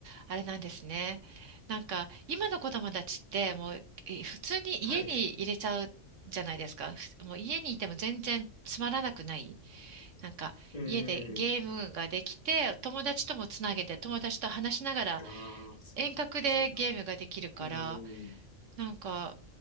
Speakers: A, on the right; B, on the left.
A: あれなんですね。なんか、今の子供たちって、もう、え普通に家に入れちゃうじゃないですか。
B: はい。
A: ふもう家にいても全然つまらなくないなんか家でゲームができて、
B: うん。
A: 友達ともつなげて、友達と話しながら
B: ああ、そっか、
A: 遠隔でゲームができるから、
B: そっか。うん。
A: なんか